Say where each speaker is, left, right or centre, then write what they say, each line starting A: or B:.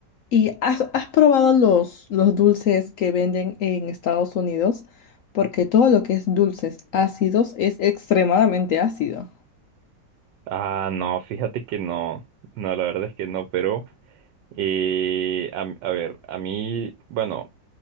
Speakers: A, on the left; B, on the right.
A: ¿Y has, has probado los, los dulces que venden en Estados Unidos? Porque todo lo que es dulces ácidos es extremadamente ácido.
B: Ah, no, fíjate que no. No, la verdad es que no, pero eh, a, a ver, a mí, bueno,